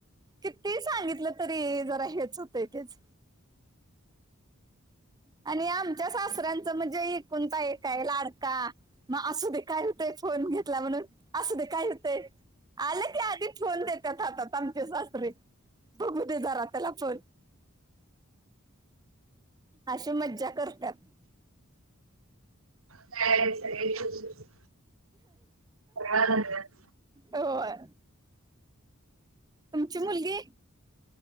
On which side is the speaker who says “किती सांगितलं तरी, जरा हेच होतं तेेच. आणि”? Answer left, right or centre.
Right